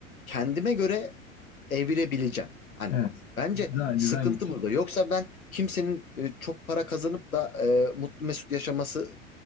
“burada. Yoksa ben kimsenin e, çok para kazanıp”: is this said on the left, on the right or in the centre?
Left